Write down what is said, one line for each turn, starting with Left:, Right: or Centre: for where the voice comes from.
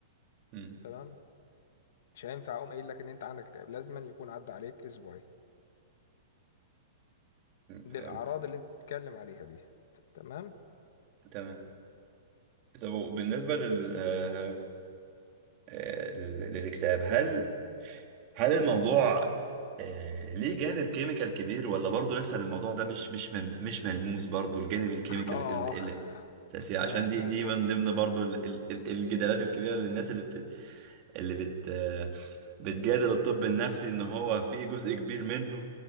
Right: امم
Left: تمام مش هينفع اقوم قايل لك ان انت عندك اكتئاب لازما يكون عدى عليك اسبوعين بالاعراض
Right: فهمت
Left: اللي انت بتتكلم عليها دي ت- تمام
Right: تمام طب وبالنسبة لل... آه، آه، لل- للاكتئاب هل هل الموضوع آه، ليه جانب كيميكال كبير ولا برضه لسه الموضوع ده مش مش مم- مش ملموس برضه الجانب الكيميكال
Left: اخ
Right: ال- ال- التأثير
Left: تمام
Right: عشان دي
Left: زي
Right: دي
Left: الفل
Right: من ضمن برضه ال- ال- ال- الجدالات الكبيرة للناس اللي بت اللي بت آه، بتجادل الطب النفسي ان هو في جزء كبير منه